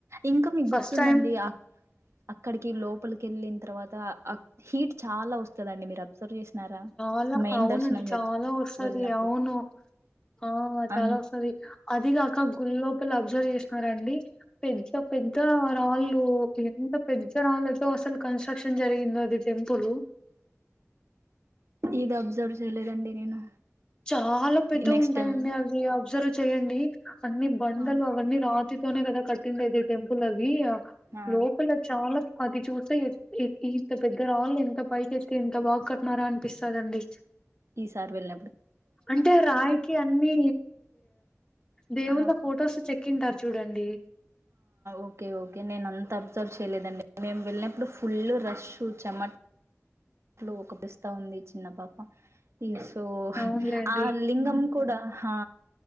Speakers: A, on the right; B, on the left.
A: ఇంకా మీకు
B: ఫస్ట్
A: గుర్తుందండి
B: టైం
A: ఆ అక్కడికి లోపలిక వెళ్ళిన తర్వాత హీట్ చాలా వస్తుదండి మీరు అబ్సర్వ్ చేసినారా
B: చాలా
A: మెయిన్
B: అవునండి
A: దర్శనం వె
B: చాలా వస్తుది
A: వెళ్ళినప్పుడు
B: అవును ఆ చాలా
A: అం
B: వస్తుంది అదిగాక గుల్లో అబ్జర్వ్ చేసినారండి పెద్ద పెద్ద రాళ్ళు ఎంత పెద్ద రాళ్ళు అయితే అసలు కన్స్ట్రక్షన్ జరిగింది అది టెంపుల్
A: ఇది అబ్సర్వ్ చేయలేదండి నేను
B: చాలా పెద్దగా
A: నెక్స్ట్
B: ఉంటాయండి
A: టైం
B: అవి అబ్జర్వ్ చేయయండి అన్ని బండలు
A: ఆ
B: అవన్నీ రా ష్టితోనే కదా కట్టిండేది టెంపుల్ అవి
A: ఆ
B: లోపల చాలా అది చూస్తే ఇంత పెద్ద రాళ్ళు ఎంత పైకి ఎత్తే ఎంత బాగా కట్టినారా అనిపిస్తదండి
A: ఈ సార్ వెళ్ళ
B: అంటే రాయికి అన్ని దేవున్న
A: హా
B: ఫొటోస్ చెక్ చెక్కింటారు చూడండి
A: ఓకే ఓకే నేను అంత అబ్జర్వ్ చేయలేదండి మేము వెళ్ళినప్పుడు ఫుల్ రష్ చ నమ ఇట్లో ఒక పిస్తా ఉంది చిన్న పాప ఈ సో
B: అవునులేండి
A: ఆ లింగం కూడా ఆ